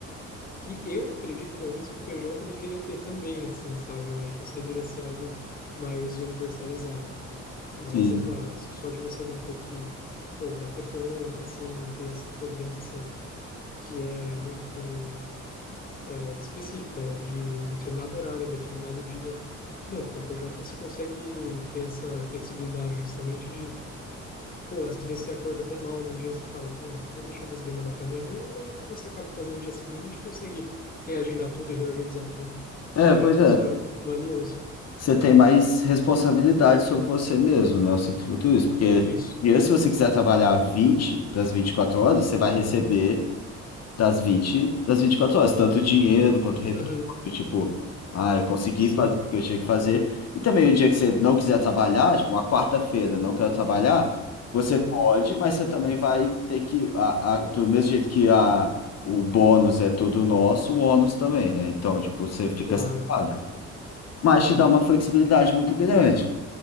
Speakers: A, on the left (about 30°); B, on the left (about 55°).
A: que eu acredito, pelo menos, que o PJ deveria ter também, assim, sabe? Eu acho que isso deveria ser algo mais universalizado. Mas
B: Sim.
A: é claro, só de você não ter que, pô, bater ponto, assim, não ter essa cobrança que é muito é, específica de determinado horário, determinado dia. Não, com o PJ você consegue ter essa flexibilidade justamente de Pô, às vezes você acorda até mal num dia, você fala, bom, vou deixar minhas demandas para amanhã, e aí você acaba fazendo no dia seguinte, consegue reagendar tudo e reorganizar tudo.
B: É,
A: Eu acho
B: pois
A: que
B: é.
A: isso é algo valioso.
B: Você tem mais responsabilidade sobre você mesmo, né? Eu sinto muito isso. Porque
A: Isso.
B: e se você quiser trabalhar 20 das 24 horas, você vai receber das 20, das 24 horas, tanto dinheiro quanto retorno,
A: Uhum.
B: tipo, ah, eu consegui
A: Sim.
B: fazer o que eu tinha que fazer. E também o dia que você não quiser trabalhar, tipo, uma quarta-feira, não quero trabalhar, você
A: Uhum.
B: pode, mas você também vai ter que, a, a- do mesmo jeito que a, o bônus é todo nosso, o ônus também, né? Então, tipo, você fica
A: Claro.
B: sem nada. Mas te dá uma flexibilidade muito grande.